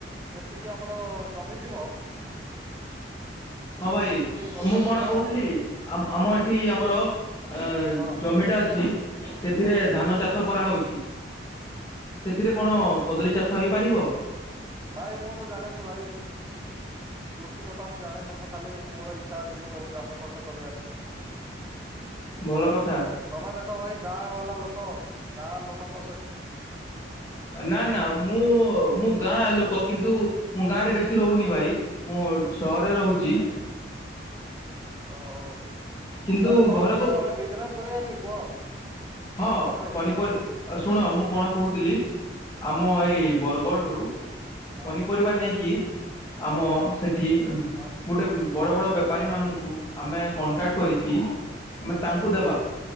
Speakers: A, on the right; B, on the left.
A: ଯେତିକି ଆମର ଜମିଥିବ।
B: ହଁ ଭାଇ
A: ଗଛରେ
B: ମୁଁ କଣ
A: ପୁରା
B: କହୁଥିଲି ଆମ
A: ଭ
B: ଏଠି ଆମର। ଅ
A: ହଁ
B: ଜମିଟା ଅଛି ସେଥିରେ
A: ହଁ
B: ଧାନ ଚାଷ କରାହଉଛି। ସେଥିରେ କଣ କଦଳୀ ଚାଷ ହେଇପାରିବ?
A: ଭାଇ ମୁଁ ତ ଜାଣିନି ଭାଇ। କୃଷି କଥା ମୁଁ ଜାଣିନି ମୁଁ ଖାଲି ମୋର ଇଚ୍ଛା ଅଛି କି ସବୁ ଚାଷ ଫାସ କରିବାର।
B: ଭଲ କଥା।
A: ତମେ ଦେଖ ଭାଇ ଗାଁ ବାଲା ଲୋକ ଗାଁ ଲୋକଙ୍କ ସହି
B: ନା ନା ମୁଁ ମୁଁ ଗାଁ ଲୋକ କିନ୍ତୁ ମୁଁ ଗାଁରେ ବେଶୀ ରହୁନି ଭାଇ। ମୁଁ ସହରେ ରହୁଛି।
A: ଓହୋ ତାହେଲେ
B: କିନ୍ତୁ
A: କଣ
B: ଘରକୁ
A: କରିବା ଭାଇ ବିଜନେସ କରିବା କି କୁହ?
B: ହଁ
A: ସରରେ
B: ପନିପରି ଶୁଣ ମୁଁ କଣ କହୁଥିଲି
A: ହଁ
B: ଆମ ଏଇ ବର ଗଡ୍ ରୁ
A: ହଁ
B: ପନିପରିବା ନେଇକି ଆମ ସେଠି
A: ହଁ
B: ଗୋଟେ ବଡ଼ ବଡ଼ ବେପାରୀମାନଙ୍କୁ ଆମେ
A: ହଁ
B: କଣ୍ଟାକ୍ଟ କରିକି ଆମେ
A: ହଁ
B: ତାଙ୍କୁ ଦେବା।